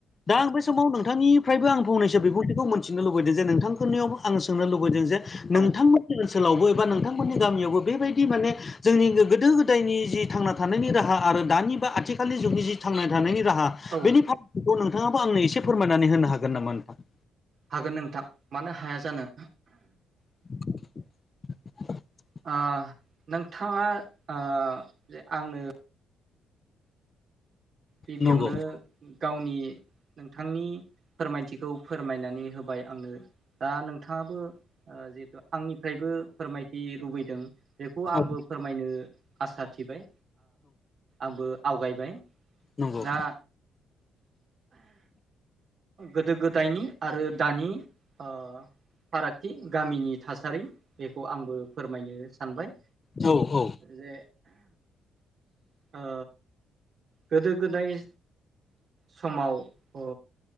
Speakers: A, on the left (about 35°); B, on the right (about 50°).
A: दा आं बे समाव नोंथांनिफ्रायबो आं फंनैसो बिबुंथिखौ मोनथिनो लुबैदों जे नोंथांफोरनियावबो आं सोंनो लुबैदों जे नोंथांमोननि
B: औ
A: ओनसोलावबो एबा नोंथांमोननि गामियावबो बेबायदि माने जोंनि गोदो गोदायनि जि थांना थानायनि राहा आरो दानि बा आथिखालनि जुगनि जि थांना थानायनि राहा
B: औ
A: बेनि फारागखौ नोंथाङाबो आंनो एसे फोरमायनानै होनो हागोन नामा नोंथां?
B: हागोन नोंथां मानो हाया जानो।
A: <inaudible>
B: ओ नोंथाङा ओ जे आंनो गिबियावनो
A: नंगौ
B: गावनि नोंथांनि फोरमायथिखौ फोरमायनानै होबाय आंनो दा नोंथाङाबो ओ जिहेतु आंनिफ्रायबो फोरमायथि लुबैदों बेखौ
A: औ
B: आंबो फोरमायनो आसा थिबाय आंबो आवगायबाय।
A: नंगौ
B: दा गोदो गोदायनि आरो दानि ओ फारागथि गामिनि थासारि बेखौ आंबो फोरमायनो सानबाय।
A: औ औ
B: जे ओ गोदो गोदाय समाव ओ